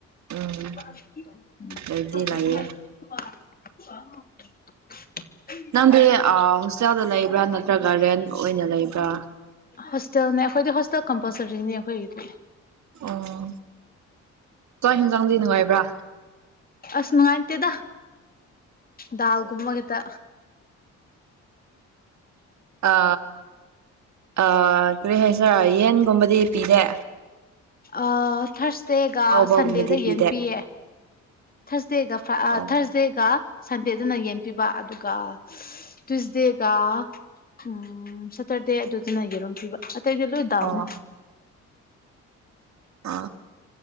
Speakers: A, on the right (about 65°); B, on the left (about 30°).
A: ꯎꯝ
B: <unintelligible>
A: ꯂꯩꯗꯤ ꯂꯩꯌꯦ
B: <unintelligible>
A: ꯅꯪꯗꯤ ꯑ ꯍꯣꯁꯇꯦꯜꯗ ꯂꯩꯕ꯭ꯔꯥ ꯅꯠꯇ꯭ꯔꯒ ꯔꯦꯟ ꯑꯣꯢꯅ ꯂꯩꯕ꯭ꯔꯥ
B: ꯍꯣꯁꯇꯦꯜꯅꯦ ꯑꯩꯈꯣꯢꯗꯤ ꯍꯣꯁꯇꯦꯜ ꯀꯝꯄꯜꯁꯔꯤꯅꯦ ꯑꯩꯈꯣꯢꯒꯤꯗꯤ
A: ꯑꯣ ꯆꯥꯛ ꯍꯤꯟꯖꯥꯡꯗꯤ ꯅꯨꯡꯉꯥꯏꯕ꯭ꯔꯥ
B: ꯑꯁ ꯅꯨꯡꯉꯥꯢꯇꯦꯗ ꯗꯥꯜꯒꯨꯝꯕꯒꯤꯇ
A: ꯑ ꯑ ꯀꯔꯤ ꯍꯥꯢꯁꯤꯔ ꯌꯦꯟꯒꯨꯝꯕꯗꯤ ꯄꯤꯗꯦ
B: ꯑ ꯊꯔꯁꯗꯦꯒ
A: ꯑꯍꯥꯎꯕꯒꯨꯝꯕꯗꯤ
B: ꯁꯟꯗꯦꯗ
A: ꯄꯤꯗꯦ
B: ꯌꯦꯟ ꯄꯤꯌꯦ ꯊꯔꯁꯗꯦꯒ ꯐ
A: ꯑꯣ
B: ꯊꯥꯔꯁꯗꯦꯒ ꯁꯟꯗꯦꯗꯅ ꯌꯦꯟ ꯄꯤꯕ ꯑꯗꯨꯒ ꯑꯁ ꯇꯨꯁꯗꯦꯒ ꯎꯝ ꯁꯇꯔꯗꯦ ꯑꯗꯨꯗꯅ ꯌꯦꯔꯨꯝ ꯄꯤꯕ ꯑꯇꯩꯗꯤ ꯂꯣꯢ ꯇꯥꯜꯅꯤ
A: ꯑꯣ ꯑ